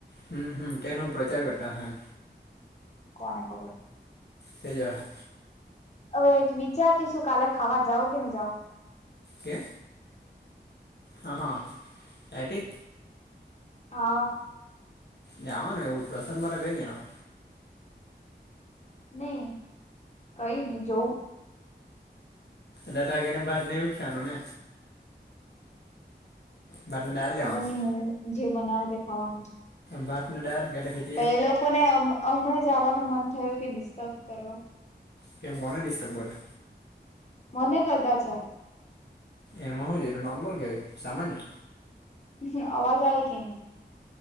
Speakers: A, on the left; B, on the left.
A: હમ્મ હમ્મ તેનો પ્રચાર કરતા હમ્મ
B: કોને ખબર
A: તેજ અહે
B: હવે વિચારતીશું કાલે ખાવા જાવ કે નહી જાાવ
A: કે હા હા ડાયટિંગ
B: હા
A: જાવાનું એવું પ્રસાદ મા તો કઈ નહીં આવે
B: નહી કઈ નહી જોઉ
A: તા જાયને ભાત ને આવુજ ખાવાનું ને ભાતને દાળ
B: ખબર
A: લેવાનું
B: નહી હું જે બનાવે તે ખાવાનું
A: ભાત ને દાળ કે પછી
B: તો એ લોકોને હમણાં જવાનું મન થયું કે ડિસ્ટર્બ કરવા
A: કેમ કોને ડિસ્ટર્બ કરે
B: મને કરતા છે.
A: એમાં હો છે એતો નોર્મલ કેવાય સામાન્ય
B: હ અવાજ આવે કે ની?